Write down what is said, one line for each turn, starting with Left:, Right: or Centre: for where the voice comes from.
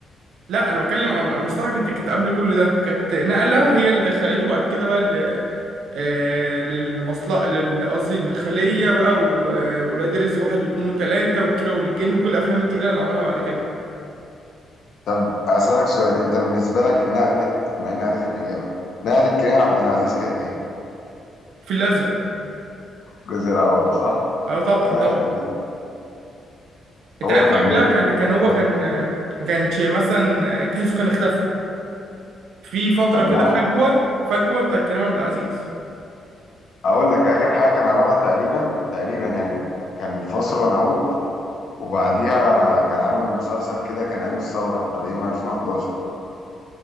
Right: لا انا بتكلم عن المصلحه كانت كانت قبل كل ده كانت نقله هي اللي دخلته بعد كده بقى ل- آه، للمصلحه لل- قصدي الخليه بقى وولاد رزق واحد واثنين وثلاثه والكيره والجن وكل الافلام التقيله اللي عملها بعد كده
Left: طب اسالك سؤال انت بالنسبه لك نقله مع اني عارف الاجابه نقله كريم عبد العزيز كانت ايه
Right: في الازرق
Left: الجزء الاول صح
Right: اه طبعا
Left: انت
Right: طبعا
Left: عارف الاجابه
Right: انت
Left: هو
Right: عارف
Left: كان
Right: قبلها
Left: جامد
Right: كان كان هو
Left: برضه
Right: كان آه، ما كانش مثلا آه، تحسه كان اختفى في فتره
Left: قبلها
Right: كده فجوه فجوه بتاع كريم عبد العزيز
Left: اقول لك اخر حاجه كان عملها تقريبا تقريبا يعني كان فاصل ونعود وبعديها كان عامل مسلسل كده كان ايام الثوره الايام 2011